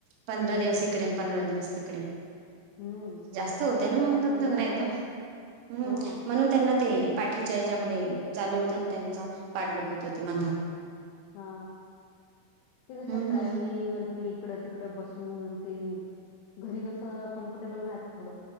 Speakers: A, on the right; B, on the left.
A: पंधरा दिवस इकडे पंधरा दिवस तिकडे
B: हं.
A: जास्त होते
B: बरं
A: ना मग
B: आहे
A: दग
B: पण
A: दग
B: हे.
A: नाही तर हम्म
B: हं,
A: म्हणून त्यांना ते पाठीच्या हच्यामध्ये चालू होत आणि त्यांच पाडदुख होत होती मंधक
B: हा ते कस
A: हम्म
B: ट्रॅव्हलिंग ते इकडं तिकडं बसून ते घरी कस कम्फर्टेबल राहत थोडं